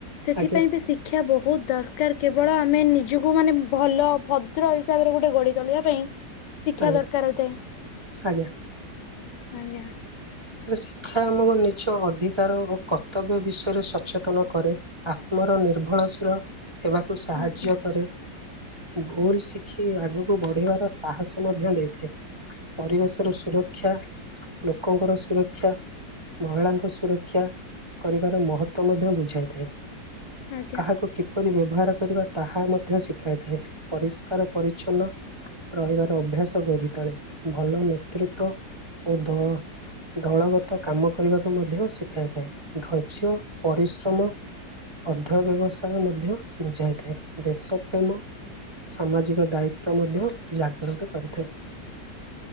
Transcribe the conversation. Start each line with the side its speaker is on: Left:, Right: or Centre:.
Left: ସେଥିପାଇଁ
Right: ଆଜ୍ଞା
Left: ବି ଶିକ୍ଷା ବହୁତ ଦର ର କେବଳ ଆମେ ନିଜକୁ ମାନେ ଭଲ ଭଦ୍ର ହିସାବରେ ଗୋଟେ ଗଢ଼ି ତୋଳିବା ପାଇଁ ଶିକ୍ଷା
Right: ଆଜ୍ଞା
Left: ଦରକାର ହୋଇଥାଏ,
Right: ଆଜ୍ଞା
Left: ଆଜ୍ଞା।
Right: ଶିକ୍ଷା ଆମକୁ ନିଜ ଅଧିକାର ଓ କର୍ତ୍ତବ୍ୟ ବିଷୟରେ ସଚେତନ କରାଏ। ଆମର ନିର୍ଭରଶୀଳ ହେବାକୁ ସାହାଯ୍ୟ
Left: ଆଜ୍ଞା
Right: କରେ। ଭୁଲ ଶିଖି ଆଗକୁ ବଢିବାର ସାହସ ମଧ୍ୟ ଦେଇଥାଏ। ପରିବେଶ ର ସୁରକ୍ଷା ଲୋକଙ୍କର ଶ୍ ସୁରକ୍ଷା, ମହିଳାଙ୍କ ସୁରକ୍ଷା କରିବାର ମହତ୍ଵ ମଧ୍ୟ ବୁଝାଇଥାଏ।
Left: ଆଜ୍ଞା।
Right: କାହାକୁ କି କିପରି ବ୍ୟବହାର କରିବା ତାହା ମଧ୍ୟ ଶିଖାଇଥାଏ, ପରିଷ୍କାର ପରିଛନ୍ନ ରହିବାର ଅଭ୍ୟାସ ଗଢି ତଳେ ଭଲ ନେତୃତ୍ଵ ଓ ଦଳ। ଦଳଗତ କାମ କରିବାକୁ ମଧ୍ୟ ଶିଖାଇଥାଏ, ଧୈର୍ଯ୍ୟ, ପରିଶ୍ରମ ଅଧ୍ୟୟ ବ୍ୟବସାୟ ମଧ୍ୟ ବୁଝାଇଥାଏ, ଦେଶ ପ୍ରେମ ସାମାଜିକ ଦାୟିତ୍ଵ ମଧ୍ୟ ଜାଗ୍ରତ କରିଥାଏ।